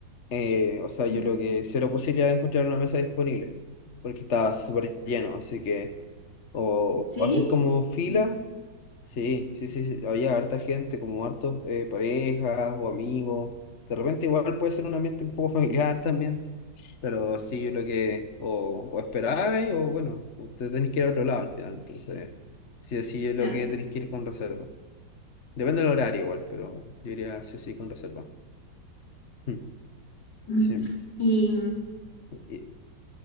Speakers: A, on the left; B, on the left.
A: eh, o sea, yo
B: ujú.
A: creo que cero posibilidad de encontrar una mesa disponible, porque está súper lleno, así que, o,
B: ¿Sí?
A: o haces como fila,
B: mm,
A: sí, sí, sí, sí, había harta gente, como hartos eh, parejas o amigos, de repente igual puede ser un ambiente un poco familiar también. Pero sí, yo lo que o, o esperáis o bueno, o te tenéis que ir a otro lado al final. Entonces, sí o sí es
B: Claro.
A: lo que tenéis que ir con reserva. Depende del horario igual, pero yo iría sí o sí con reserva. Mm,
B: Ujú.
A: Sí.
B: Y,
A: Y-